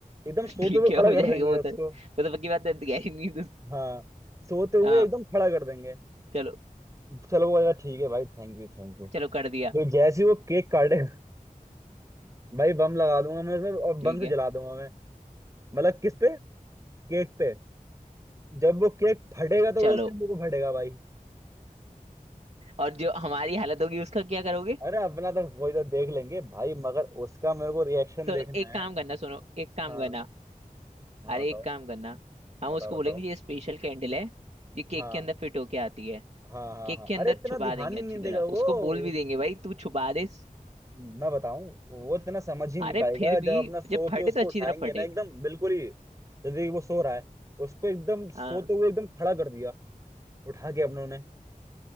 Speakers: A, on the right (about 20°); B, on the right (about 50°).
A: एकदम सोते
B: ठीक
A: हुए
B: है
A: खड़ा
B: हो जाएगा
A: कर देंगे
B: वो
A: उसको
B: तो वो तो पक्की बात है गहरी नींद उस-
A: हाँ सोते हुए
B: हाँ
A: एकदम खड़ा कर देंगे
B: चलो
A: चलो वो कहेगा ठीक है भाई थैंक यू थैंक यू
B: चलो कर दिया
A: तो जैसे ही वो केक काटे <laughs> भाई बम लगा दूंगा मैं उसमें और
B: ठीक
A: बम से
B: है
A: जला दूंगा मैं मतलब किस पे केक पे जब वो केक फटेगा तो
B: चलो
A: वो उसके मुंह को फटेगा भाई
B: और जो हमारी हालत होगी उसका क्या करोगे
A: अरे अपना तो कोई तो देख लेंगे भाई मगर उसका मेरे को रिएक्शन
B: तो
A: देखना
B: एक
A: है
B: काम करना सुनो एक काम
A: हाँ
B: करना
A: हाँ
B: अरे
A: बताओ
B: एक काम करना हम
A: बताओ
B: उसको
A: बताओ
B: बोलेंगे ये स्पेशल कैंडल है ये केक
A: हाँ
B: के अंदर फिट होके आती है
A: हाँ हाँ
B: केक
A: हाँ
B: के अंदर
A: अरे इतना
B: छुपा
A: ध्यान
B: देंगे
A: ही
B: अच्छी
A: नहीं
B: तरह
A: देगा वो
B: उसको बोल भी
A: उस-
B: देंगे भाई तू छुपा दे
A: मैं बताऊं वो इतना समझ ही नहीं
B: अरे
A: पाएगा
B: फिर
A: जब
B: भी
A: अपना सो
B: जब फटे
A: के उसको
B: तो अच्छी
A: उठाएंगे
B: तरह फटे
A: ना एकदम बिल्कुल ही यदि वो सो रहा है उसको एकदम सोते
B: हाँ
A: हुए एकदम खड़ा कर दिया उठा के अपनों ने